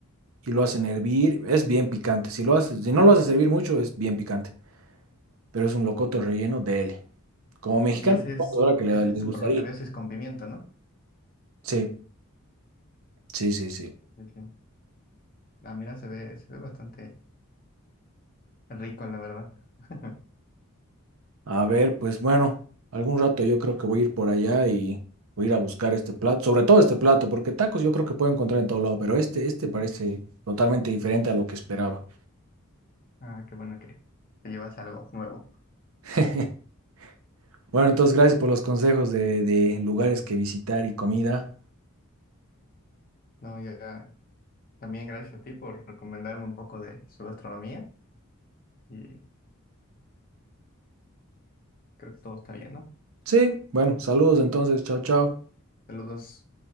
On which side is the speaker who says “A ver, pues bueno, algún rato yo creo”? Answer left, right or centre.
Right